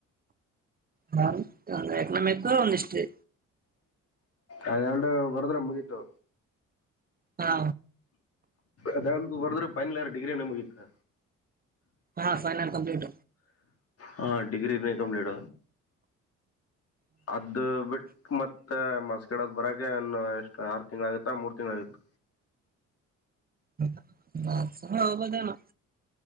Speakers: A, on the right; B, on the left.
A: ಹ ಒಂದು ಎಕನಾಮಿಕ್ಸ್ ಒಂದು ಹಿಸ್ಟರಿ
B: ಅದು ಎರಡು ಬರಿದ್ರೆ ಮುಗಿತು
A: ಹಾ
B: ಅದ ಹೊರ್ದ್ರೆ ಪೈನಲ್ರ ಡಿಗ್ರಿ ನೆ ಮುಗಿತು
A: ಹಾ ಫೈನಲ್ ಕಂಪ್ಲೀಟ
B: ಹಾ ಡಿಗ್ರಿ ನೀ ಕಂಪ್ಲೀಟ ಅದು ಬಟ್ ಮತ್ತೆ ಮಾರ್ಕ್ಸ್ ಕಾರ್ಡ್ ಬರೋಕೆ ಒನ್ನು ಎಷ್ಟು ಆರು ತಿಂಗ್ಗಳ ಆಗತ್ತಾ ಮೂರ್ ತಿಂಗಳು ಆಗುತ
A: <unintelligible> ಹೋಗೋದನ್ನ